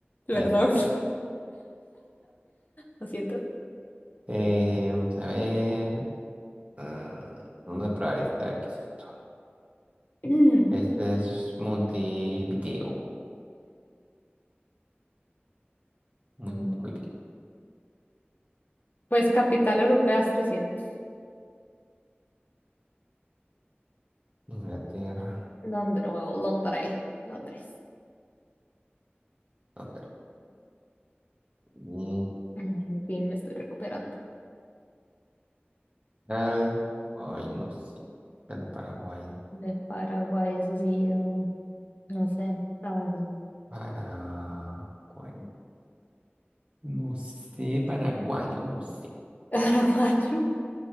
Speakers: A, on the left; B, on the right.
A: <laughs> Perdón,
B: ya está ahí.
A: lo siento.
B: Eh, vamos a ver. ah, vamos a probar esta, a ver qué es esto.
A: <clears throat> Ujú.
B: Este es Montevideo. Muy
A: Mm,
B: bien, muy bien.
A: Pues capital europea es trescientos.
B: Inglaterra.
A: Londres, Londres, Londres.
B: Londres. Bien.
A: Ay, En fin, me estoy recuperando.
B: Tal, ay, no sé. La de Paraguay.
A: De Paraguay, eso sí, no, no sé, la verdad.
B: Paraguay. No sé, paraguayo, no sé.
A: <laughs> Paraguayo.